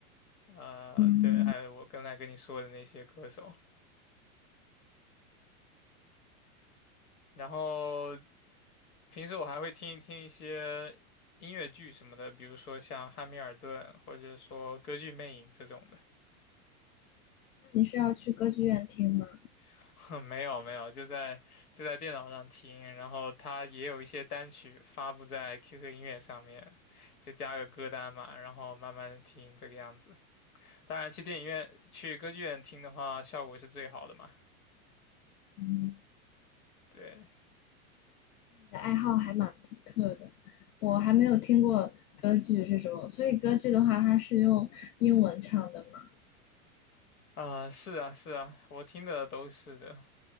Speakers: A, on the left; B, on the left.
A: 呃，
B: 嗯，
A: 对，还有我刚才跟你说的那些歌手。然后平时我还会听一听一些音乐剧什么的，比如说像《汉密尔顿》或者说《歌剧魅影》这种的。
B: 那你是要去歌剧院听吗？
A: <laughs> 没有没有，就在就在电脑上听，然后它也有一些单曲发布在 QQ 音乐上面，就加个歌单嘛，然后慢慢的听这个样子。当然，去电影院、去歌剧院听的话，效果是最好的嘛。
B: 嗯，
A: 对，
B: 你的爱好还蛮独特的，我还没有听过歌剧这种，所以歌剧的话，它是用英文唱的嘛。
A: 啊、是啊，是啊，我听的都是的，